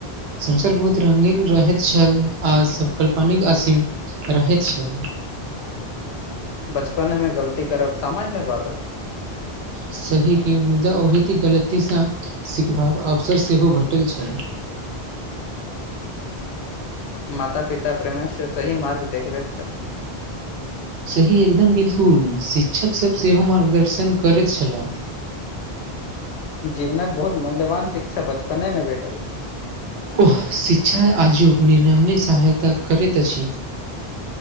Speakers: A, on the right; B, on the left.
A: संसर बहुत रंगीन रहैत छल आ सब कल्पनिक असीम रोहित छै
B: बचपनमे गलती करब सामान्य बात अछि
A: सही के मुदा ओहिते गलतीसँ सिखबाक अवसर सेहो भेटल छैय
B: माता पिता प प्रमेसर सही मार्ग देखबे छल
A: सही एकदम बिल्कुल शिक्षक सब सेहो मार्गदर्शन करैत छलाह
B: जीवनक बहुत मूल्यवान शिक्षा बचपने मे भेटल
A: ओह शिक्षा आजुक निर्णय मे सहायता करैत अछि